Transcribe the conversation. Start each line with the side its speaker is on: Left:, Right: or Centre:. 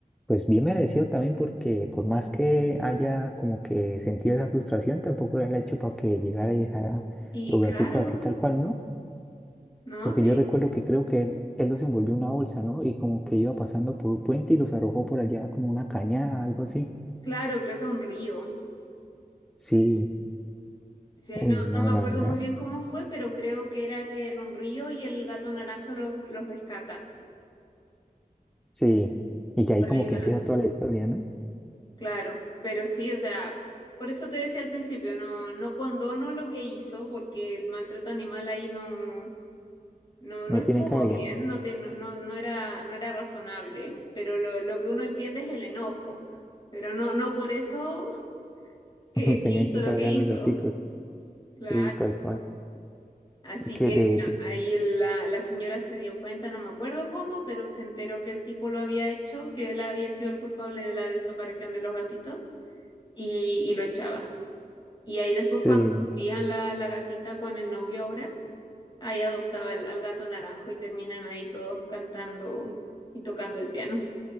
Centre: pues bien merecido también porque por más que haya como que sentido esa frustración, tampoco era el hecho para que llegara y dejara
Left: Y
Centre: los
Left: claro,
Centre: gaticos así tal cual, ¿no?
Left: ¿no?
Centre: Porque
Left: Sí,
Centre: yo recuerdo que creo que él, él los envolvió en una bolsa, ¿no? Y como que iba pasando por un puente y los arrojó por allá como una cañada, algo así.
Left: claro, creo que un río.
Centre: Sí,
Left: Sí, ahí
Centre: uy,
Left: no,
Centre: no,
Left: no me acuerdo
Centre: la verdad,
Left: muy bien cómo fue, pero creo que era que era un río y el gato naranja los, los rescata.
Centre: sí. Y que ahí
Left: Por
Centre: como
Left: ahí
Centre: que
Left: va
Centre: empieza
Left: la cosa.
Centre: toda la historia, ¿no?
Left: Claro, pero sí, o sea, por eso te decía al principio, no, no condono lo que hizo, porque el maltrato animal ahí no, no, no
Centre: No
Left: estuvo
Centre: tiene cabida,
Left: bien, no, te, no, no, no era, no era razonable, pero lo, lo que uno entiende es el enojo, pero no, no por eso <laughs> que,
Centre: <laughs> tenían
Left: que hizo
Centre: que
Left: lo
Centre: pagar
Left: que hizo.
Centre: los gaticos,
Left: Claro.
Centre: sí, tal cual.
Left: Así
Centre: Y que
Left: que
Centre: de,
Left: no,
Centre: de-
Left: ahí la, la señora se dio cuenta, no me acuerdo cómo, pero se enteró que el tipo lo había hecho, que él había sido el culpable de la desaparición de los gatitos y, y lo echaba. Y ahí después
Centre: sí.
Left: cuando veían la, la gatita con el novio ahora, ahí adoptaba al, al gato naranjo y terminan ahí todos cantando y tocando el piano.